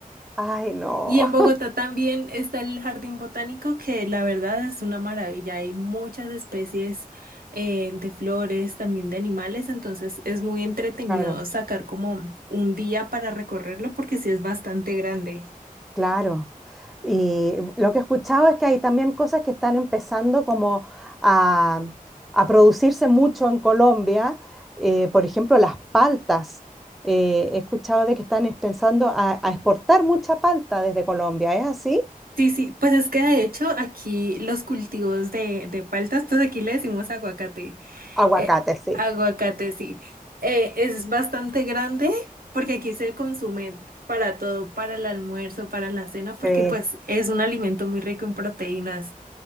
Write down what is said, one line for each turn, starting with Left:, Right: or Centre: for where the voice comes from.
Centre: Ay, no.
Right: Y en Bogotá también está el jardín botánico, que la verdad es una maravilla. Hay muchas especies eh, de flores, también de animales, entonces es muy entretenido
Centre: Claro.
Right: sacar como un día para recorrerlo porque sí es bastante grande.
Centre: Claro. Y lo que he escuchado es que hay también cosas que están empezando como a, a producirse mucho en Colombia. eh, por ejemplo, las paltas. Eh, he escuchado de que están es- pensando a, a exportar mucha palta desde Colombia. ¿Es así?
Right: Sí, sí, pues es que de hecho aquí los cultivos de, de paltas, pues aquí le decimos aguacate.
Centre: Aguacate,
Right: Eh,
Centre: sí.
Right: aguacate, sí. Eh, es bastante grande porque aquí se consume para todo, para el almuerzo, para la cena, porque
Centre: Sí,
Right: pues es un alimento muy rico en proteínas.